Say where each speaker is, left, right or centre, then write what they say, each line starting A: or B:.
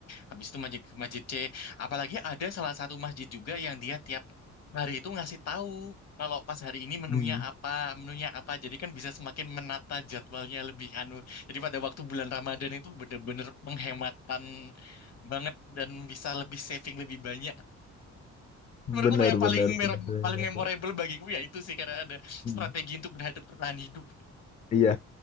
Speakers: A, on the left; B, on the left.
A: habis itu masjid ke masjid C. Apalagi ada salah satu masjid juga yang dia tiap hari itu ngasih tahu kalau pas hari ini menunya
B: Mm.
A: apa, menunya apa. Jadi kan bisa semakin menata jadwalnya lebih anu. Jadi pada waktu bulan Ramadan itu bener-bener penghematan banget dan bisa lebih saving lebih banyak. Menurutku
B: Benar,
A: yang paling
B: benar,
A: mer-
B: benar. benar.
A: paling memorable bagiku ya itu sih karena ada strategi
B: Hmm.
A: untuk berhadap bertahan hidup.
B: Iya,